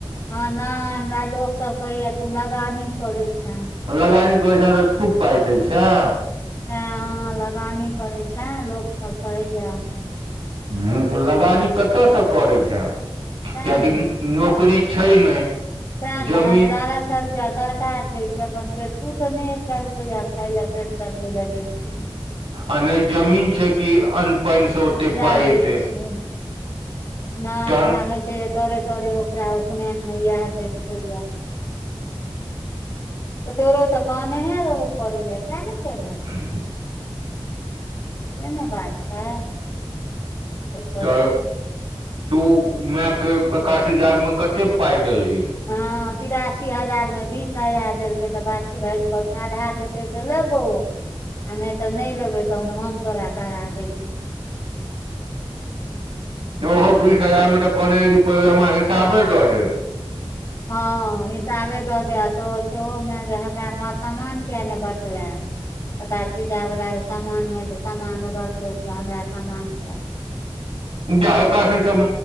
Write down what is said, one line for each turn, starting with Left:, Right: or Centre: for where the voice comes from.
Left: हँ नहि हमरा लोक सब कहैया तू लगा नी करय छे
Right: लगान करय छैय तऽ तु पाय दे छय
Left: ते लगाने करै छैे लोक सब कहिय हमरा
Right: ह तऽ लगानी कतयसँ करै छै
Left: सैह
Right: कियकि नौकरी छै नहि
Left: तऽ ने
Right: जमीन
Left: रुपआ सरकार देय छै अपन पेड़ तू ते ने एकटा रुपा खााय ले पेट चलबे ले दय <unintelligible>
Right: आ नहि जमीन छै कि अन्न पानि से ओते
Left: उपजा
Right: पााय
Left: होइ
Right: एतै
Left: छै नहि
Right: तहन
Left: एकरा होइ छै तोरे तोरे ओकरा उपनयनमे इएह देलकै यए तऽ तोरो तऽ कान हे रहो करै लए क ने केल
Right: <unintelligible>
Left: सेनय बात छै हँ
Right: तऽ तू मायके एककशी जागमे कते पाइ दैलही
Left: हँ तिरासी हजार मे बीस हजार देलकै तऽ बासुकी भाईजी कहके आधा देते तऽ लेबो आ नहि तऽ नहि लेबे तहन हम तोरा करा देलिय
Right: ओहो बीस हजार मऽ तऽ कहने रहय कि पहले हमरा हिसाबे दऽ दे
Left: हँ हिसाबे दऽ द तऽ श मै हमरा समान किया ने बटले एकरा सीज वालला के समान ह समामान उभरलो छै हमरा समामान चाही
Right: एकशी सम